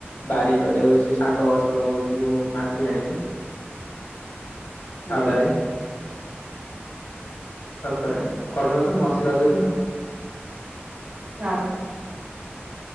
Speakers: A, on the left; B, on the right.
A: ବାରିପଟେ ହଉଛି ଶାଗ ଗଛ ଲଗଉଥିଲୁ ମାଟି ହାଣିକି
B: ତମେ
A: ଫାଉଡ଼ାରେ। ସରତରେ କରୁନଥିଲୁ ମଝି ରଜଦିନ।
B: ନାଁ ତ।